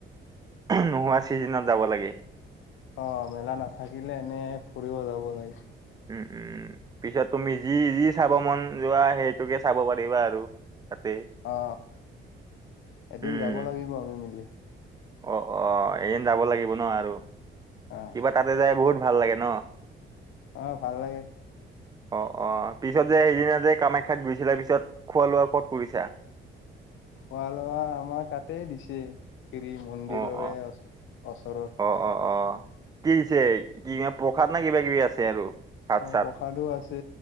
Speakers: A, on the right; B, on the left.
A: নোহোৱা চিজনিনত যাব লাগে।
B: অ, মেলা নাথাকিলে এনে ফুৰিব যাব লাগে।
A: উম - উম পিছত তুমি যি - যি চাব মন যোৱা সেইটোকে চাব পাৰিবা আৰু। তাতে
B: অ, এদিন
A: উম
B: যাব লাগিব আমি মিলি।
A: অ - অ এদিন যাব লাগিব ন আৰু
B: অ
A: কিবা তাতে যাই বহুত ভাল লাগে ন।
B: আহ, ভাল লাগে।
A: অ - অ পিছত যে সেইদিনা যে কামাখ্যাত গুৈছিলা পিছত খোৱা লোৱা ক'ত কৰিছা।
B: খোৱা লোৱা আমাৰ তাতে দিছে। ফ্ৰী মন্দিৰৰে
A: অ অ
B: ওচৰত।
A: অ অ অ কি দিছে ক প্ৰসাদ নে কিবা কিবি আছে আৰু। ভাত
B: অ,
A: চাত
B: প্ৰসাদো আছে